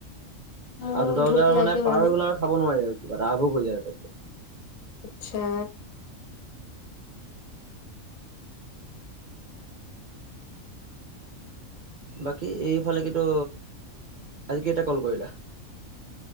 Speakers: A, on the left; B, on the right.
A: মোৰ
B: আৰু দুটা বজাৰ
A: ভোক লাগে
B: মানে পাৰ
A: বাৰু।
B: হৈ গ'লে আৰু খাব নোৱাৰি আৰু কিবা এটা আভোগ হৈ যায় আৰু পেট তো।
A: আচ্ছা।
B: বাকী এইফালে কিন্তু, আজি কেইটা কল কৰিলা?